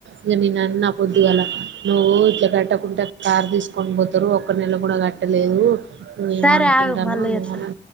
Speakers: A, on the right; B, in the centre.
A: ఇగ నేనన్నా పొద్దుగాల నువ్వు ఇట్ల కట్టకుంట కార్ తీసుకొని పోతారు ఒక్క నెల కూడా కట్టలేదు నువ్వేమొ
B: సరే
A: అనుకుంటాను
B: ఆగు మళ్ళీ
A: నువ్వున
B: చేత్తా